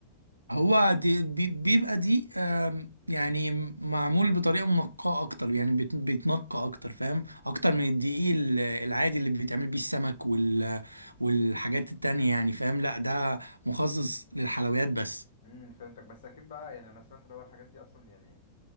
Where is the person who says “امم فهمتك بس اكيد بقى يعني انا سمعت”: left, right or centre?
Left